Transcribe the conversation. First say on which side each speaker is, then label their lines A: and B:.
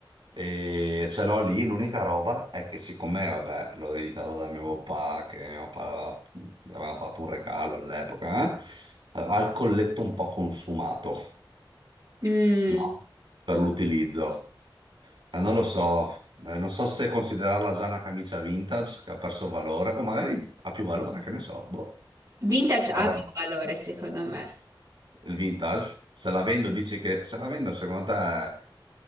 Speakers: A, on the right (about 70°); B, on the right (about 40°).
A: e ce l'ho lì. L'unica roba è che siccome, vabbè, l'ho ereditata da mio papà, che mio papà aveva- gli avevamo fatto un regalo all'epoca, eh, ha il colletto un po' consumato,
B: Mm,
A: no? Per l'utilizzo. Eh, non lo so, Eh, non so se considerarla già una camicia vintage che ha perso valore, o magari ha più valore, che ne so, boh.
B: vintage ha
A: Però
B: più valore, secondo me.
A: il vintage, se la vendo, dici che se la vendo, secondo te,